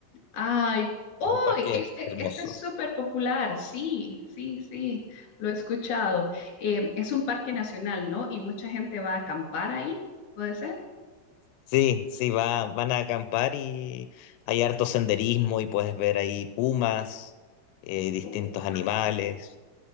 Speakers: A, on the left (about 45°); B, on the left (about 85°).
A: Ay, oh,
B: que es un parque
A: este,
B: hermoso.
A: este es súper popular. Sí, sí, sí, lo he escuchado. Eh, es un parque nacional, ¿no? Y mucha gente va a acampar ahí, ¿puede ser?
B: Sí, sí, va, van a acampar y hay harto senderismo y puedes ver ahí pumas, eh, distintos
A: Oh,
B: animales,